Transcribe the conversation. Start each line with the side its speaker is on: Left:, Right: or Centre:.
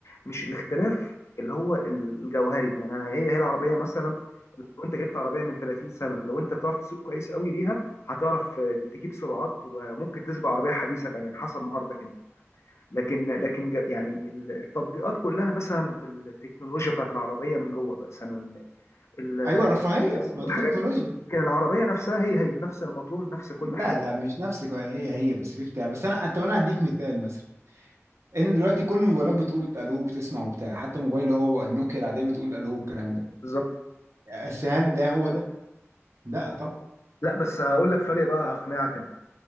Left: مش الاختلاف اللي هو الجوهري يعني أنا هي هي العربية مثلا لو انت جبت عربية من 30 سنة لو انت بتعرف تسوق كويس قوي بيها هتعرف آه، تجيب سرعات وممكن تسبق عربية حديثة كمان حسب مهارتك انت لكن لكن ج- يعني ال- التطبيقات كلها مثلا في التكنولوجيا بتاعت العربية من جوه بقى مثلا ال-
Right: ايوه رفاهيه ما
Left: الحاجات
Right: دي تكنولوجيا
Left: لكن العربية نفسها هي هي نفس الموتور نفس كل
Right: لا
Left: حاجة
Right: لا مش نفس جو- هي هي بس في بتاع بس انا طب انا هديك مثال مثلا ان دلوقتي كل الموبايلات بتقول الو وبتسمع وبتاع حتى الموبايل اللي هو النوكيا العاديه بتقول الو والكلام ده
Left: بالظبط
Right: بس هل ده هو ده؟ لا طبعا
Left: لا بس هقول لك فرق بقى هقنعك انا